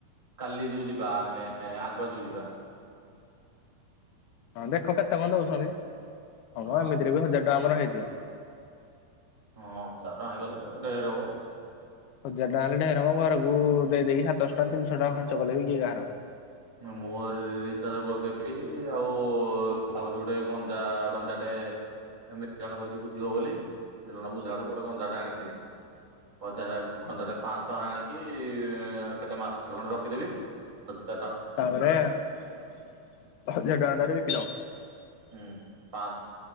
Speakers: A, on the right; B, on the left.
A: କାଲି ଯୋଉ ଯିବା ଆମେ ଆଗୁଆ ଯୋଉ ଯିବା।
B: ହଁ ଦେଖ କେତେ କଣ ଦଉଛନ୍ତି ହଁମ
A: ହଁ
B: ଏମିତିରେ ବି ହଜାର ଟଙ୍କା ଆମର ହେଇଯିବ।
A: ହଁ ହଜାର ଟଙ୍କା ହେଇଗଲେ ଢ଼େର ହବ।
B: ହଜାର ଟଙ୍କା ହେଲେ ଢ଼େର ମ ଘରକୁ ଦେଇଦେଇକି ସାତଶହ ଟଙ୍କା ତିନିଶହ ଟଙ୍କା ଖର୍ଚ୍ଚ କଲେ ବି କିଏ କାହାର।
A: ମୋ ରିଚାର୍ଜ କରିଦେବି ଆଉ ଭାବୁଚି ଗୋଟେ ଗଞ୍ଜା ଗଞ୍ଜାଟେ ଏ ମିଟନ କହିଛି ବୁଝିବ ବୋଲି ମିଲଣ ବୁଝିଲାଡୁ ଗୋଟେ ଗଞ୍ଜା ଟେ ଆଣିବି। ବଜାରେ ଗଞ୍ଜାଟା ପାଞ୍ଚଶହ ଟଙ୍କାରେ ଆଣିକି କେତେ ମାଛ ଖଣ୍ଡେ ରଖିଦେବି। ହଜା।
B: ତାପରେ ଆ ହଜାରେ ଟଙ୍କା ଟାରେ ବି
A: ହୁଁ ପାଁ